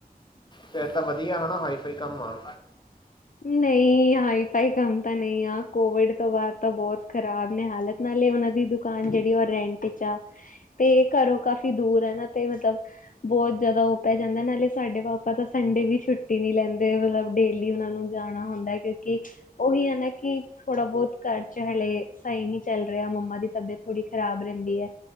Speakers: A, on the left; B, on the left.
A: ਫਿਰ ਤਾਂ ਵਧੀਆ ਹਨਾ, ਹਾਈ - ਫਾਈ ਕੰਮ ਆ।
B: ਨਹੀਂ, ਹਾਈ - ਫਾਈ ਕੰਮ ਤਾਂ ਨਹੀਂ ਆ। ਕੋਵਿਡ ਤੋਂ ਬਾਅਦ ਤਾਂ ਬਹੁਤ ਖ਼ਰਾਬ ਨੇ ਹਾਲਤ। ਨਾਲੇ ਉਹਨਾਂ ਦੀ ਦੁਕਾਨ ਜਿਹੜੀ ਆ, ਉਹ ਰੈਂਟ 'ਚ ਆ। ਤੇ ਘਰੋਂ ਕਾਫੀ ਦੂਰ ਆ ਨਾ, ਤੇ ਮਤਲਬ ਬਹੁਤ ਜ਼ਿਆਦਾ ਉਹ ਪੈ ਜਾਂਦਾ। ਨਾਲੇ ਸਾਡੇ ਪਾਪਾ ਤਾਂ ਸੰਡੇ ਵੀ ਛੁੱਟੀ ਨਹੀਂ ਲੈਂਦੇ, ਮਤਲਬ ਡੇਲੀ ਉਹਨਾਂ ਨੂੰ ਜਾਣਾ ਹੁੰਦਾ ਕਿਉਂਕਿ ਉਹੀ ਹੁੰਦਾ ਨਾ ਕਿ ਥੋੜ੍ਹਾ ਬਹੁਤ ਘਰ 'ਚ ਹਲੇ ਸਹੀ ਨੀ ਚੱਲ ਰਿਹਾ। ਮੰਮਾ ਦੀ ਤਬੀਅਤ ਥੋੜ੍ਹੀ ਖ਼ਰਾਬ ਰਹਿੰਦੀ ਐ।